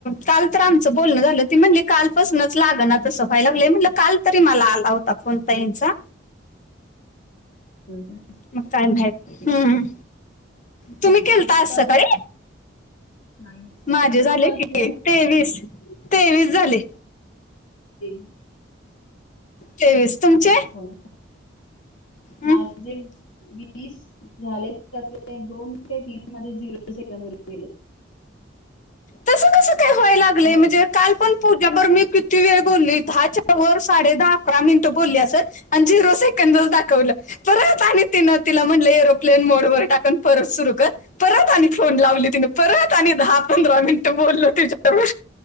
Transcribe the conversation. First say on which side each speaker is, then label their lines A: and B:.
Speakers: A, on the left; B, on the left.
A: काल तर आमचं बोलणं झालं ती म्हणली कालपासूनच लाग ना तसं व्हाय लागलं म्हटलं काल तरी मला आला होता फोण ताईनचा
B: होय का
A: मग काय भट हम्म
B: तुमचे
A: तुम्ही केलता
B: मग किती
A: आज
B: कॉल
A: सकाळी?
B: झाले नाही
A: माझे
B: तुमचे
A: झाले
B: कॉल
A: की
B: किती
A: तेवीस तेवीस झाले.
B: ते
A: तेवीस तुमचे?
B: हो
A: हं?
B: माझे वीस झाले त्यात ते दोन ते तीन मध्ये झिरो सेकड वर गेले.
A: तसं कसं काय व्हाय लागलेय
B: होय
A: म्हणजे काल पण पूज्याभर मी किती वेळ बोलली दहाच्या वर साडे दहा अकरा मिनिटं बोलली असच. आणि झिरो सेकंड च दाखवलं. परत आणि तिनं तिला म्हटलं एरोप्लेन मोडवर टाकून परत सुरू कर. परत आणि फोन लावली तिने परत आणि दहा पंधरा मिनिटं बोललो तिच्याबर.